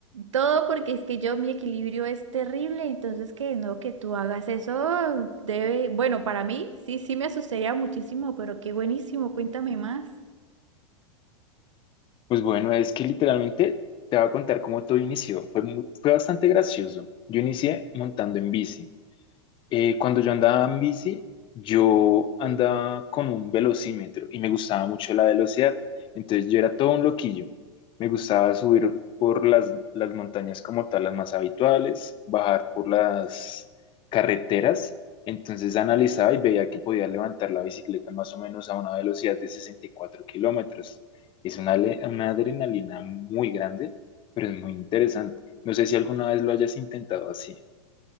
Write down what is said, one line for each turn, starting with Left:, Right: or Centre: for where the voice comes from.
Right: todo porque es que yo mi equilibrio es terrible, entonces que no, que tú hagas eso debe, bueno, para mí sí, sí me asustaría muchísimo, pero qué buenísimo, cuéntame más.
Left: pues bueno, es que literalmente te voy a contar cómo todo inició. Fue, mu- fue bastante gracioso. Yo inicié montando en bici. Eh, cuando yo andaba en bici, yo andaba con un velocímetro y me gustaba mucho la velocidad. Entonces yo era todo un loquillo. Me gustaba subir por las, las montañas como tal, las más habituales, bajar por las carreteras. Entonces analizaba y veía que podía levantar la bicicleta más o menos a una velocidad de 64 kilómetros. Es una, ale- una adrenalina muy grande, pero es muy interesante. No sé si alguna vez lo hayas intentado así.